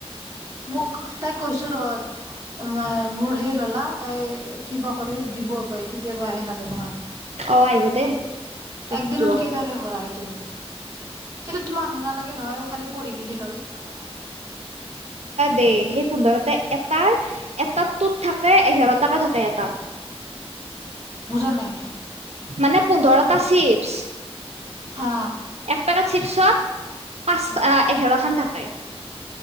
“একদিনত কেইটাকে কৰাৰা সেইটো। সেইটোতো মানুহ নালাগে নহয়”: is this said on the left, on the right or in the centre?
Right